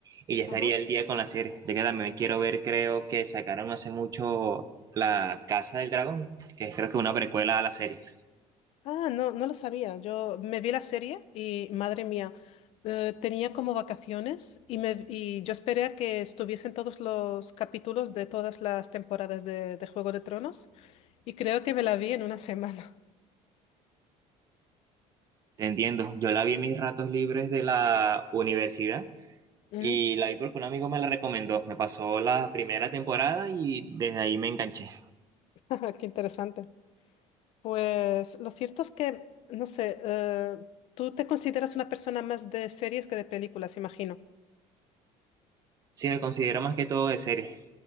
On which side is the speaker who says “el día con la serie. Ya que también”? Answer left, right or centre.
Right